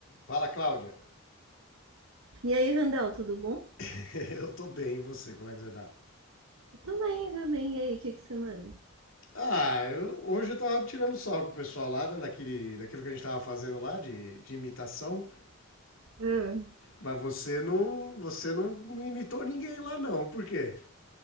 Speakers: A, on the left (about 70°); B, on the right (about 80°).
A: Fala, Cláudia.
B: E aí, Randall, tudo bom?
A: <laughs> Eu tô bem, e você? Como é que você tá?
B: Eu Também, também. E aí, o que que você manda?
A: Ah, eu- hoje eu tava tirando sarro com o pessoal lá, né, daquele, daquilo que a gente tava fazendo lá de, de imitação,
B: Ah,
A: mas você não, você não, não imitou ninguém lá não, por quê?